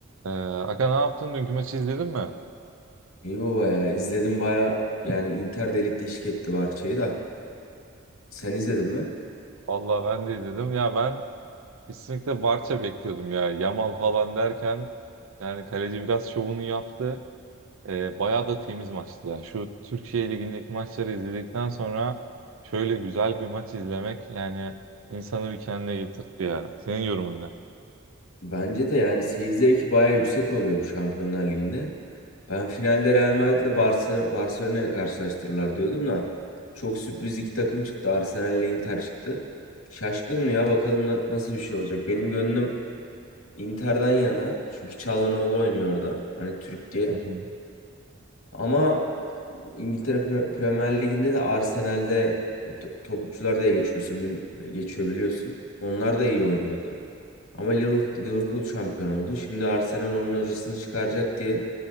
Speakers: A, on the right; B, on the left.
A: Ee, Aga ne yaptın? Dünkü maçı izledin mi?
B: İyi baba ya. İzledim baya yani Inter de ligde şık etti Barça'yı da. Sen izledin mi?
A: Vallahi ben de izledim. Ya ben kesinlikle Barça bekliyordum ya. Yamal falan derken yani kaleci biraz şovunu yaptı. Ee, bayağı da temiz maçtı ya. Şu Türkiye Ligi'ndeki maçları izledikten sonra şöyle güzel bir maç izlemek yani insanı bir kendine getirtti ya. Senin yorumun ne?
B: Bence de yani seyir zevki baya yüksek oluyor bu Şampiyonlar Ligi'nde. Ben finalde Real Madrid'le Barcelona, Barcelona'ya karşılaştırırlar diyordum da. Çok sürpriz iki takım çıktı. Arsenal'le Inter çıktı. Şaşkınım ya bakalım na- nasıl bir şey olacak. Benim gönlüm Inter'den yana. Çünkü Çalhanoğlu oynuyor orada. Hani Türk diye.
A: Hı hı.
B: Ama İngiltere Premier Ligi'nde de Arsenal'de to- topçular da geçiyorsun bili- geçiyor biliyorsun. Onlar da iyi oynuyordu. Ama Liverpool Liverpool şampiyon oldu. Şimdi Arsenal onun acısını çıkaracak diye